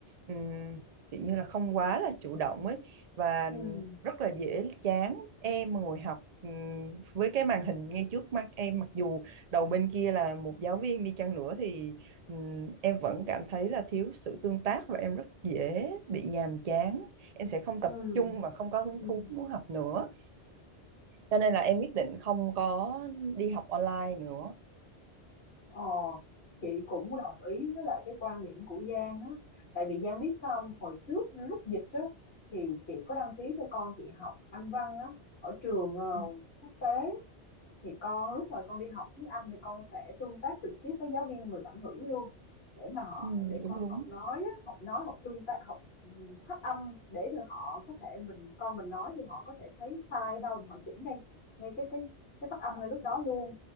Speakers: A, on the right (about 45°); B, on the left (about 65°).
A: ừm, kiểu như là không quá là chủ động ấy và
B: ừm,
A: rất là dễ chán em mà ngồi học ừm, với cái màn hình ngay trước mắt em mặc dù đầu bên kia là một giáo viên đi chăng nữa thì ừm, em vẫn cảm thấy là thiếu sự tương tác và em rất dễ bị nhàm chán em sẽ không
B: ừm,
A: tập trung và không có hứng
B: ừm,
A: thú muốn học nữa cho nên là em quyết định không có đi học online nữa
B: ờ, chị cũng đồng ý với lại cái quan điểm của Giang á, tại vì Giang biết sao hông? Hồi trước lúc dịch á, thì chị có đăng ký cho con chị học Anh văn á, ở trường, ờ,
A: Ừ.
B: quốc tế Thì con lúc mà con đi học tiếng Anh thì con sẽ tương tác trực tiếp với giáo viên người bản ngữ luôn để mà họ
A: ừ,
B: để
A: đúng
B: con
A: đúng
B: học nói á, học nói học tương tác học ừ, phát âm để cho họ có thể mình con mình nói thì họ có thể thấy sai ở đâu thì họ chỉnh ngay ngay cái cái cái phát âm ngay lúc đó luôn